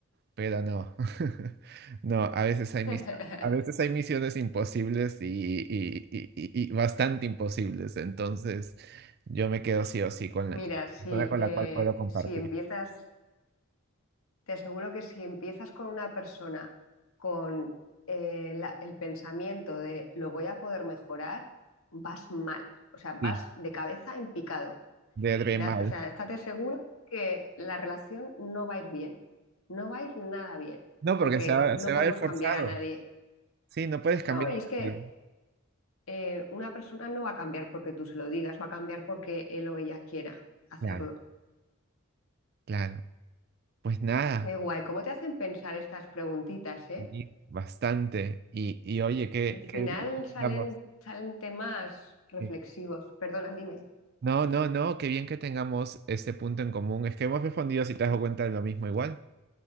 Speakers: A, on the right; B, on the left.
A: pero no, <laughs> no, a veces hay mis-
B: <laughs>
A: a veces hay misiones imposibles y, y- y- y- y bastante imposibles, entonces yo me quedo sí o sí con
B: Mira,
A: la, con
B: si,
A: la con
B: eh,
A: la cual puedo compartir.
B: si empiezas, te aseguro que si empiezas con una persona con eh, la- el pensamiento de lo voy a poder mejorar, vas mal, o sea, vas
A: Sí.
B: de cabeza en picado.
A: De Dremal.
B: Da- o sea, estate seguro que la relación no va a ir bien, no va a ir nada bien,
A: No, porque
B: porque
A: se va,
B: no
A: se va
B: podemos
A: a ver forzado.
B: cambiar a nadie.
A: Sí, no puedes cambiar.
B: No, y es que
A: a nadie.
B: eh, una persona no va a cambiar porque tú se lo digas, va a cambiar porque él o ella quiera hacerlo.
A: Claro, claro. Pues nada,
B: Qué guay, ¿cómo te hacen pensar estas preguntitas, eh?
A: y bastante. Y, y oye, qué,
B: Al final
A: qué bien que tengamos.
B: salen, salen temas reflexivos.
A: sí.
B: Perdona, dime.
A: No, no, no, qué bien que tengamos este punto en común. Es que hemos respondido, si te has dado cuenta, de lo mismo igual,